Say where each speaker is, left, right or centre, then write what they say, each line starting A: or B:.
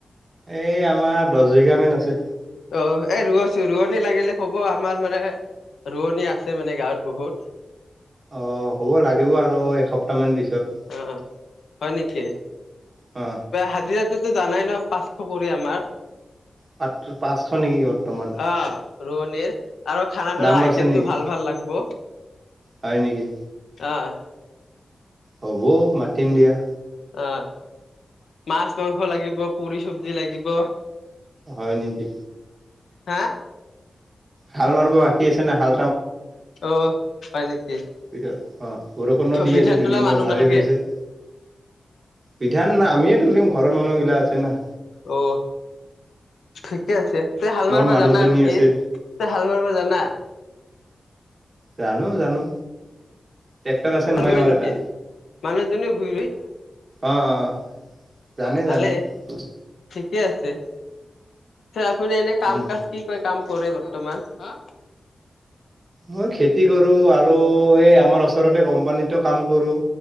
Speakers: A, on the right (about 45°); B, on the left (about 85°).
A: এই আমাৰ দচ বিঘামান আছে
B: অ এ ৰোৱছো ৰুৱনী লাগিলে কব আমাৰ মানে ৰুৱনী আছে মানে গাঁৱত বহুত
A: অ হ'ব লাগিব আৰু এসপ্তাহ মান পিছত
B: অ অ হয় নেকি
A: অ
B: হাজিৰাটোতো জানাই ন পাঁচশ কৰি আমাৰ
A: পাত পাঁচশ নেকি বৰ্তমান
B: অ' ৰুৱনীৰ আৰু খানা
A: দাম
B: পিনাৰ আইটিয়েমটো
A: বাঢ়ছে নেকি
B: ভাল ভাল লাগব
A: হয় নেকি
B: অ'
A: হ'ব মাতিম দিয়া
B: অ' মাছ মাংস লাগিব পুৰি চব্জি লাগিব
A: হয় নেকি
B: হা
A: হাল মাৰিব বাকী আছে নাই হাল
B: অ' হয় নেকি
A: পিছত অ' বৰষুণো দি
B: বিধান
A: আছে দুদিনমান
B: তোলা মানুহ
A: ভালেই
B: নালগে
A: হৈছে পিধান না আমিয়ে তুলিম ঘৰৰ মানুহবিলাক আছে না
B: অ' ঠিকে আছে তই হাল
A: মোৰ
B: মাৰিব
A: মানুহজনী
B: জানা নেকি
A: আছে
B: আৰু কি তই হাল মাৰিব জানা
A: জানো জানো ট্ৰেক্টৰ
B: <unintelligible>
A: আছে নহয় আমাৰ
B: নেকি
A: এটা
B: মানুহজনী ভূইৰুয়ে
A: অ' অ জানে
B: ভালে
A: জানে উম
B: ঠিকে আছে আপুনি এনে কাম
A: উম
B: কাজ কি কি কাম কৰে বৰ্তমান হা
A: মই খেতি কৰো আৰু এই আমাৰ ওচৰতে কোম্পানীতো কাম কৰো